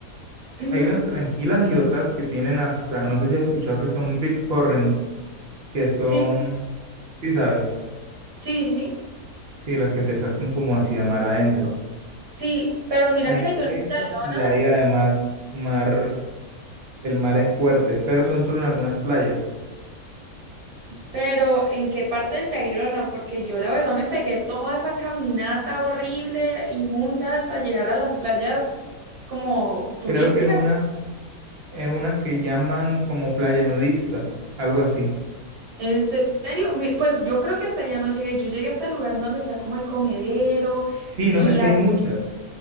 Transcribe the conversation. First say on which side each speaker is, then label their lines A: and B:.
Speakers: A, on the right; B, on the right.
A: Ujú,
B: hay unas tranquilas y otras que tienen hasta, no sé si has escuchado que son deep currents, que son,
A: Sí,
B: sí sabes,
A: sí, sí. Sí,
B: sí, las que te sacan como hacia mar adentro.
A: Sí, pero mira
B: Hay
A: que
B: de
A: yo en el
B: eso
A: Tayrona,
B: y hay además mar, el mar es fuerte, pero son solo en algunas playas.
A: pero ¿en qué parte del Tayrona? Porque yo la verdad me pegué toda esa caminata horrible, inmunda, hasta llegar a las playas como turísticas.
B: Creo que es una Es una que llaman como playa nudista, algo así.
A: ¿En serio? Mi- Pues yo creo que hasta allá no llegué. Yo llegué hasta el lugar en donde está como el comedero
B: Sí,
A: y
B: no, es que hay muchas.